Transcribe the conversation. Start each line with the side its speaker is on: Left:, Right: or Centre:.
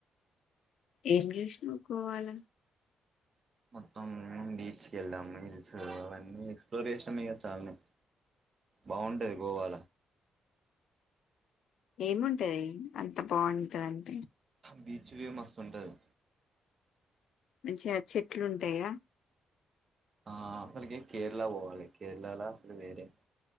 Left: ఏం చూసినా గోవాల
Right: మొత్తం బీచ్ కి వెళ్ళాము. హిల్స్ అవన్నీ ఎక్స్ప్లోర్ చేసాం ఇక చాల్లే. బాగుంటది గోవా
Left: ఏముంటది అంత బాగుంటదంటే
Right: బీచ్ ఏ మస్తు ఉంటది.
Left: మంచిగా చెట్లు ఉంటాయా
Right: ఆ అసలుకి కేరళ పోవాలి. కేరళలో అసలు వేరే